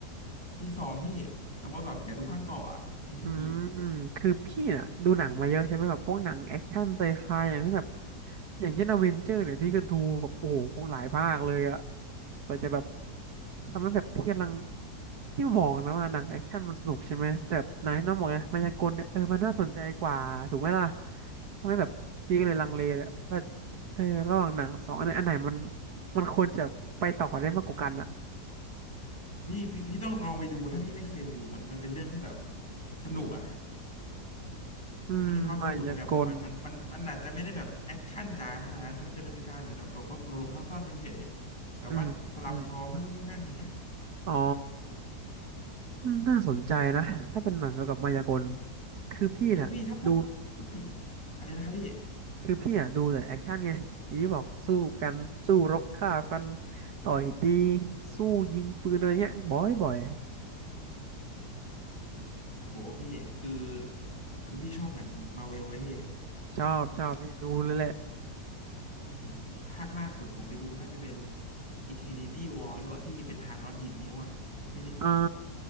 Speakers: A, on the left; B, on the right.
A: มีสองพี่แต่ว่าแบบอยากดูภาคต่ออ่ะมันไม่มีอะ
B: อืมอืมคือพี่น่ะดูหนังมาเยอะใช่ไหมแบบพวกหนังแอคชั่นไซไฟอย่างที่แบบอย่างเช่นอเวนเจอร์เนี่ยพี่ก็ดูแบบโอ้โหหลายภาคเลยอะกว่าจะแบบทำให้แบบพี่กำลังพี่มองนะว่าหนังแอคชั่นมันสนุกใช่ไหมแต่แบบหนังที่น้องบอกไงมายากลเนี่ยเออมันน่าสนใจกว่าถูกไหมล่ะทำให้แบบพี่ก็เลยลังเลเนี่ยว่า
A: อืม
B: เออระหว่างหนังสองอันไหนอันไหนมันมันควรจะไปต่อได้มากกว่ากันอะ
A: พี่พี่พี่ต้องลองไปดูถ้าพี่ไม่เคยดูมันมันเป็นเรื่องที่แบบสนุกอ่ะ
B: อืมมายากล
A: มันมีความสนุกในแบบของมันมันมันมันอาจจะไม่ได้แบบแอคชั่นจ๋าขนาดนั้นมันจะเป็นการเหมือนแบบหลบซ่อนหลบซ่อนๆเฉยๆแบบว่าสลับของนู่นนี่นั่นอย่างเงี้ย
B: อืมอืมอมอ๋อ อืมน่าสนใจนะถ้าเป็นหนังเกี่ยวกับมายากลคือพี่เนี่ยดู
A: เออพี่ถ้าพูดพูดถึงอะไรนะครับพี่
B: คือพี่อ่ะดูแต่แอคชั่นไงอย่างที่บอกสู้กันสู้รบฆ่าฟันต่อยตีสู้ยิงปืนอะไรเงี้ยบ่อยบ่อย
A: โอ้โหพี่คือคือพี่ชอบหนังมาเวลไหมพี่
B: ชอบชอบดูเลยแหละ
A: โอ้โหภาคล่าสุดผมไปดูน่าจะเป็น Infinity War หรือเปล่าที่เป็นธานอสดีดนิ้วอ่ะไม่ได้
B: เอ่า